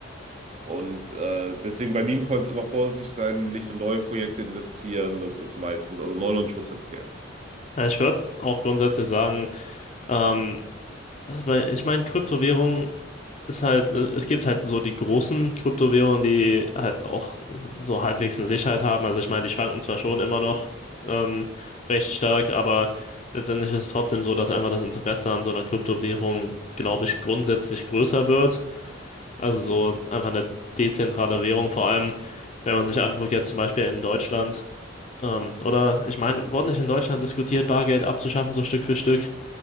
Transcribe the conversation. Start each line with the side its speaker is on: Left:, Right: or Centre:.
Right: Und äh, deswegen bei Meme-Coins immer vorsichtig sein, nicht in neue Projekte investieren, das ist meistens, also 99% Scam.
Left: Ja, ich würde auch grundsätzlich sagen, ähm, also bei- ich meine, Kryptowährung ist halt, äh, es gibt halt so die großen Kryptowährungen, die halt auch so halbwegs eine Sicherheit haben. Also ich meine, die schwanken zwar schon immer noch ähm, recht stark, aber letztendlich ist es trotzdem so, dass einfach das Interesse an so einer Kryptowährung, glaube ich, grundsätzlich größer wird. Also so einfach eine dezentrale Währung, vor allem wenn man sich anguckt, jetzt zum Beispiel in Deutschland. Ähm, oder ich meine, wurde nicht in Deutschland diskutiert, Bargeld abzuschaffen, so Stück für Stück?